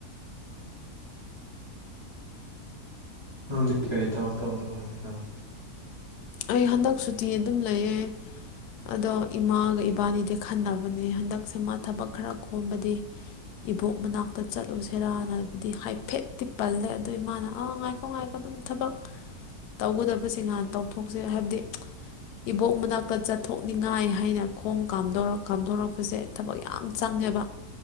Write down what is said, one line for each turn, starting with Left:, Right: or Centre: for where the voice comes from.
Right: ꯅꯪꯗꯤ ꯀꯔꯤ ꯊꯕꯛ ꯇꯧꯒꯗꯕ ꯍꯧꯖꯤꯛꯀꯥꯟ
Left: ꯑꯩ ꯍꯟꯗꯛ ꯁꯨꯇꯤ ꯑꯗꯨꯝ ꯂꯩꯌꯦ ꯑꯗꯣ ꯏꯃꯥꯒ ꯏꯕꯥꯅꯤꯗꯤ ꯈꯟꯅꯕꯅꯦ ꯍꯟꯗꯛꯁꯦ ꯃꯥ ꯊꯕꯛ ꯈꯔ ꯀꯣꯝꯕꯗꯤ ꯏꯕꯣꯛ ꯃꯅꯥꯛꯇ ꯆꯠꯂꯨꯁꯦꯔꯥꯅꯕꯨꯗꯤ ꯍꯥꯏꯐꯦꯠꯇꯤ ꯄꯜꯂꯦ ꯑꯗꯣ ꯏꯃꯥꯅ ꯑꯉꯥꯏꯀꯣ ꯉꯥꯏꯒꯣ ꯑꯗꯨꯝ ꯊꯕꯛ ꯇꯧꯒꯗꯕꯁꯤꯡ ꯍꯥꯟꯅ ꯇꯧꯊꯣꯛꯁꯦ ꯍꯥꯏꯕꯗꯤ ꯏꯕꯣꯛ ꯃꯅꯥꯛꯇ ꯆꯠꯊꯣꯛꯅꯤꯡꯉꯥꯏ ꯍꯥꯏꯅ ꯈꯣꯡ ꯀꯥꯝꯗꯣꯔꯛ ꯀꯥꯝꯗꯣꯔꯛꯄꯁꯦ ꯊꯕꯛ ꯌꯥꯝ ꯆꯪꯉꯦꯕ